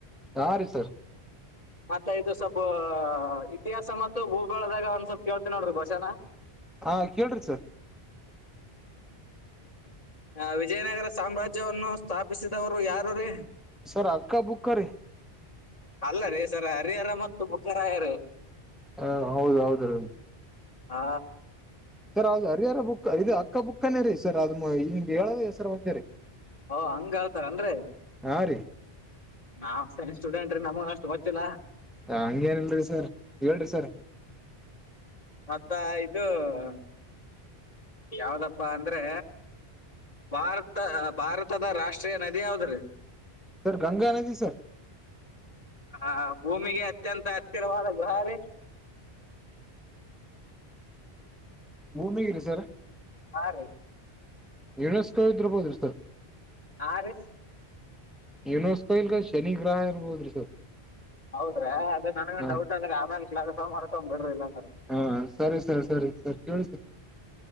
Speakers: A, in the centre; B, on the left.
A: ಹಾ ರೀ ಸರ್
B: ಪಾಪ ಇದು ಸಬ ಇತಿಹಾಸ ಮತ್ತು ಭೂಗೋಳದಾಗ ಒಂದ್ ಸ್ವಲ್ಪ್ ಕೇಳ್ತಿ ನೋಡ್ರಿ ಕ್ವಾಶನ
A: ಹಾ ಕೇಳರಿ ಸರ್
B: ಆ ವಿಜಯನಗರ ಸಾಮ್ರಾಜ್ಯವನ್ನು ಸ್ಥಾಪಿಸಿದವರು ಯಾರು ರೀ
A: ಸರ್ ಆಕ್ಕ ಬುಕ್ಕ ರೀ
B: ಅಲ್ಲ ರೀ ಸರಾ ಹರಿಹರ ಮತ್ತು ಬಕ್ಕರಾಯರು ರೀ
A: ಹಾ ಹೌದ ಹೌದು ರೀ
B: ಹಾ
A: ಸರ್ ಅದು ಹರಿಹರ ಬುಕ್ ಇದು ಅಕ್ಕ ಬುಕ್ನೇ ರೀ ಸರ್ ಅದ ಹಿಂಗ್ ಹೇಳೋದ ಹೆಸರು ಅಂತೆ ರೀ
B: ಓ ಹಂಗ ಹೇಳತರೆ ಏನ್ ರೀ
A: ಆರೆ
B: ನಾವ್ ಸೈನ್ಸ್ ಸ್ಟೂಡೆಂಟ್ ರೀ ನಮನ್ ಅಷ್ಟು ಗೊತ್ತಿಲ್ಲಾ
A: ಹಂಗೇನಿಲ್ರಿ ಸರ್ ಹೇಳ್ರಿ ಸರ್
B: ಮತ್ತ ಇದು ಹ ಯಾವ್ದಪ್ಪಾ ಅಂದ್ರೆ ಭಾರತ ಭಾರತದ ರಾಷ್ಟ್ರೀಯ ನದಿ ಯಾವದ್ರೀ
A: ಸರ್ ಗಂಗಾನದಿ ಸರ್
B: ಆ ಭೂಮಿಗೆ ಅತ್ಯಂತ ಹತ್ತಿರವಾದ ಗ್ರಹಾರಿ
A: ಭೂಮಿ <unintelligible> ಸರ್
B: ಹಾ ರೀ
A: ಯುನೆಸ್ಕೋ ಇದ್ರಬೋದ್ರಿ ಸರ್
B: ಹ ರ
A: ಯುನೋಸ್ಕೊ ಇಲ್ಗ ಶನಿಗ್ರಹ ಇರ್ಬೋದ್ರಿ ಸರ್
B: ಹೌದ್ರೀ ಅದ ನನಗ
A: ಹ
B: ಡೌಟ್ ಅಂದ್ರೆ ಆಮೇಲೆ ಕಲ್ ಹೊ ತಗೊಂಡ್ ಬಿಡ್ರಿ ಇಲ್ಲ ಅಂದ್ರ
A: ಹ ಸರಿ ಸರ್ ಸರಿ ಸರ್ ಕೇಳಿ ಸರ್